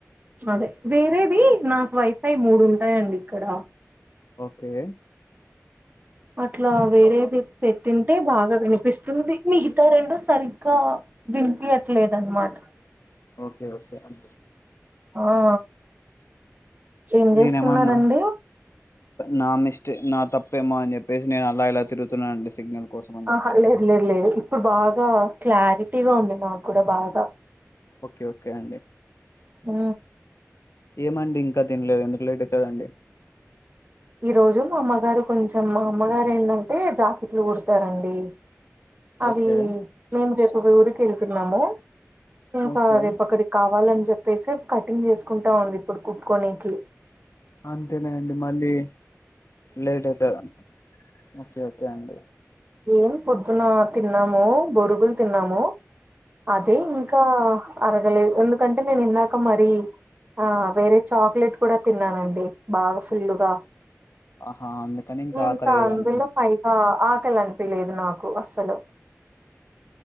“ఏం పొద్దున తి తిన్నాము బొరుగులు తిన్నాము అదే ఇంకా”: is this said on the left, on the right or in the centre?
Right